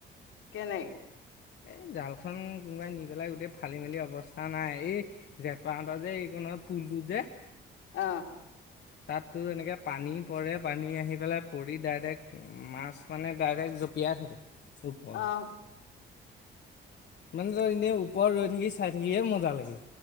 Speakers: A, on the left; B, on the left.
A: কেনে
B: এই জালখন কোনোবাই নি পেলাই গোটেই ফালি মেলি অৱস্থা নাই এই জেঠপাহঁতৰ যে এইকণত পুলটোত যে,
A: অঁ'।
B: তাত তোৰ এনেকৈ পানী পৰে পানী আহি পেলাই পৰি ডাইৰেক্ট মাছ মানে ডাইৰেক্ট জঁপিয়াই থাকে ওপৰলৈ
A: অ
B: মানে তই এনেই ওপৰত ৰৈ থাকি চাই থাকিহে মজা লাগে।